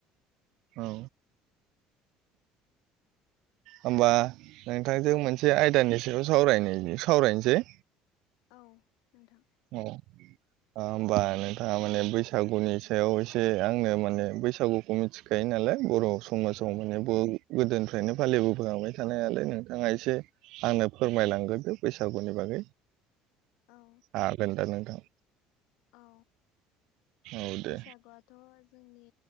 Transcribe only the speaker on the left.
उम
औ नोंथां
औ
औ
औ
बैसागुआथ'
जोंनि